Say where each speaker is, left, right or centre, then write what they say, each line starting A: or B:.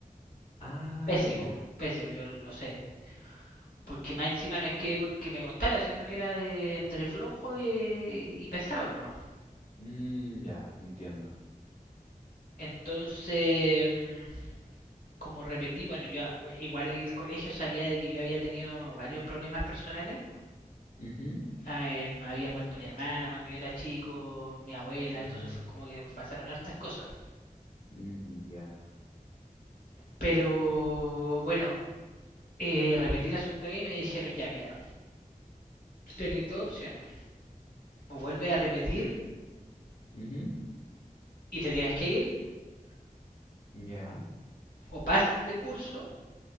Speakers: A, on the left; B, on the left.
A: Ah,
B: Pésimo,
A: ya.
B: pésimo, yo lo sé. Porque más encima no es que porque me costara, sino que era de entre flojo y, y pesado nomás.
A: Mm, ya, entiendo.
B: Entonces, mm, como repetí, bueno, yo igual el colegio sabía de que yo había tenido varios problemas personales.
A: Ujú.
B: Eh, había muerto mi hermana cuando yo era chico, mi abuela,
A: Mm,
B: entonces fue como que pasaron hartas cosas.
A: mm, ya.
B: Pero bueno, eh, repetí la segunda vez y me dijeron, ya mira, tenéis dos opciones. O vuelves a repetir
A: Ujú,
B: y te tienes que ir,
A: Ya.
B: o pasas de curso,